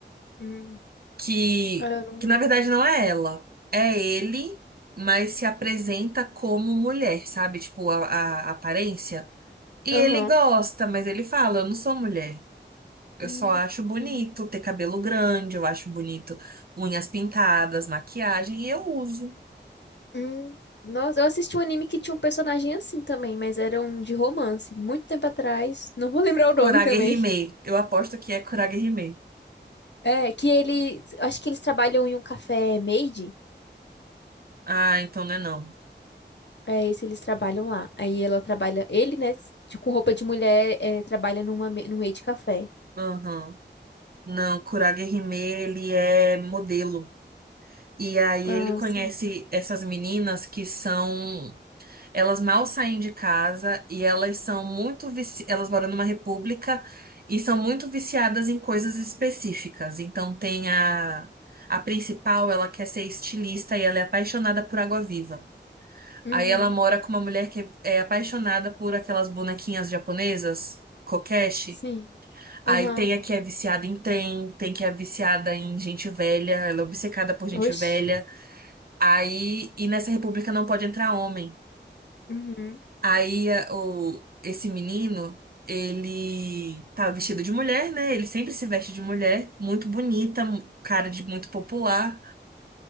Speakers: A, on the left; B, on the right.
A: Hum.
B: Que,
A: Ah, eu não
B: que
A: vi.
B: na verdade não é ela. É ele, mas se apresenta como mulher, sabe? Tipo, a, a aparência. E
A: Aham.
B: ele gosta, mas ele fala: Eu não sou mulher. Eu
A: Hum,
B: só acho bonito
A: entendi.
B: ter cabelo grande, eu acho bonito unhas pintadas, maquiagem, e eu uso.
A: Hum, nossa, eu assisti um anime que tinha um personagem assim também, mas era um de romance, muito tempo atrás. Não vou <laughs> lembrar o nome
B: Kurage
A: também.
B: Hime. Eu aposto que é Kurage Hime.
A: É, que ele. Acho que eles trabalham em um café maid.
B: Ah, então não é não.
A: É esse eles trabalham lá. Aí ela trabalha. Ele, né, de- com roupa de mulher, é, trabalha numa, ma- num maid café.
B: Aham. Não, Kurage Hime, ele é modelo. E aí
A: Ah,
B: ele conhece
A: sim.
B: essas meninas que são. Elas mal saem de casa e elas são muito vici... elas moram numa república e são muito viciadas em coisas específicas. Então tem a a principal, ela quer ser estilista e ela é apaixonada por água-viva.
A: Uhum.
B: Aí ela mora com uma mulher que é é apaixonada por aquelas bonequinhas japonesas, kokeshi.
A: Sim.
B: Aí
A: Aham.
B: tem a que é viciada em trem, tem que é viciada em gente velha, ela é obcecada por gente
A: Oxe.
B: velha. Aí, e nessa república não pode entrar homem.
A: Uhum.
B: Aí a- o, esse menino, ele tá vestido de mulher, né? Ele sempre se veste de mulher, muito bonita, mu- cara de muito popular.